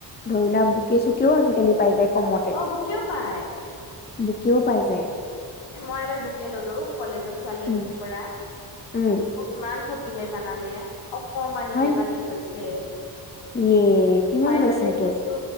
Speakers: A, on the left (about 25°); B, on the left (about 75°).
A: ধৰিলা বুকে চুকেও আজিকালি পাই যায়। কমতে
B: অ বু কিয় পায়।
A: বুকেও পাই যায়
B: এ মই এবাৰ বুকে ললো কলেজৰ ছোৱালী
A: উম
B: এজনীৰ পৰা
A: উম
B: মোক ইমান। বুজিলে জানানে অকণমানি
A: হয়
B: দি এটা দি থৈছে।
A: ইয়ে কিমান
B: ফাইভ
A: লৈছে
B: হাণ্ড্ৰেড
A: সেইটো?
B: দিছো